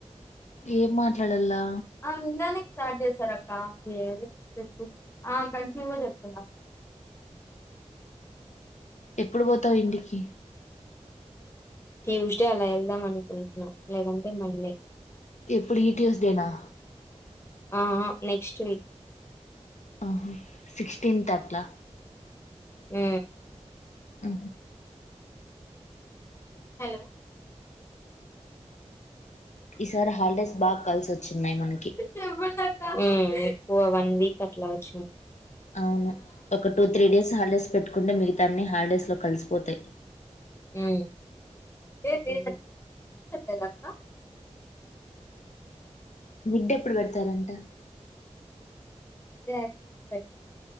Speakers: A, on the left; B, on the left.
A: ఏం మాట్లాడల్లా
B: అ నిన్ననే స్టార్ట్ చేసార అక్క ఏ చెప్పు ఆ కంటిన్యూగా చెప్తున్నాం
A: ఎప్పుడు పోతావు ఇంటికి
B: ట్యూస్డే అలా వెళ్దాం అనుకుంటున్నాం లేదంటే మండే
A: ఎప్పుడుటిసీఐనా
B: ఆ ఆ నెక్స్ట్ వీక్
A: ఆహ సిక్స్టీన్త్ అట్లా
B: అ
A: ఆ
B: హలో
A: ఈసారి హాలీడేస్ బాగా కలిసి వచ్చిన్నాయి మనకి
B: చెప్పండి అక్క ఓ వన్ వీక్ అట్ల వచ్చినాయి
A: అవును ఒక టూ త్రీ డేస్ హాలీడేస్ పెట్టుకుంటే మిగతాన్ని హాలీడేస్ లో కలిసిపోతాయి
B: అ ఏ చెక్క
A: మిడ్ ఎప్పుడు పెడతారంట
B: పె